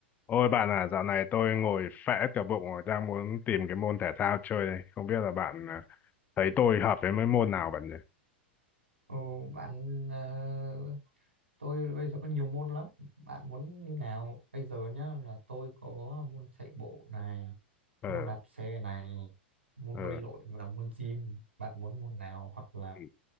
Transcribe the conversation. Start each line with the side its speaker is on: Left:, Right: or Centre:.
Left: Ôi bạn à, dạo này tôi ngồi phẽ cả bụng rồi, đang muốn tìm cái môn thể thao chơi đây. Không biết là bạn à, thấy tôi hợp với mấy môn nào bạn nhỉ?
Right: Ồ, bạn ờ, tôi bây giờ có nhiều môn lắm. Bạn muốn như nào? Bây giờ nhá là tôi có môn chạy bộ này,
Left: Ờ,
Right: môn đạp xe này, môn
Left: ờ,
Right: bơi lội và môn gym. Bạn muốn môn nào hoặc là
Left: ừ,